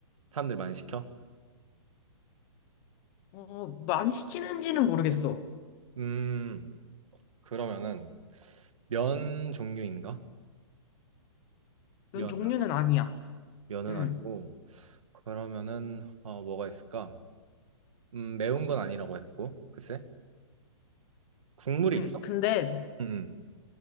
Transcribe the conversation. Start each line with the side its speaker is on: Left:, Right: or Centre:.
Right: 사람들이 많이 시켜?
Left: 어, 많이 시키는지는 모르겠어.
Right: 음, 그러면은 면 종류인가? 면
Left: 이런 종류는 아니야.
Right: 면은
Left: 응,
Right: 아니고 그러면은 어, 뭐가 있을까? 음, 매운 건 아니라고 했고 글쎄 국물이
Left: 응.
Right: 있어?
Left: 근데
Right: 음, 음.